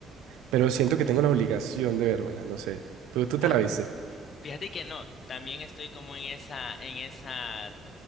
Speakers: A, on the right; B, on the left.
A: pero siento que tengo la obligación de vérmela, no sé. ¿Tú, tú
B: <laughs>
A: te la viste?
B: Fíjate que no, también estoy como en esa, en esa